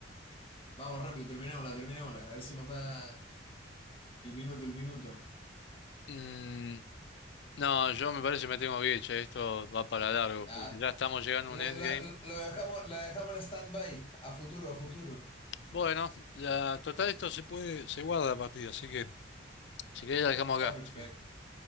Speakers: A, on the left; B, on the left.
A: Vamos rápido, terminémosla, terminémosla. A ver si nos da el minuto, el minuto.
B: Mm, no, yo me parece que me tengo que ir, che, esto va para largo,
A: Ah,
B: porque ya estamos llegando
A: le-
B: a un endgame
A: la, lo dejamos, la dejamos en stand-by. A futuro, a futuro.
B: Bueno, la total esto se puede, se guarda la partida, así que si querés la dejamos
A: Está
B: acá.
A: perfecto.
B: Así que,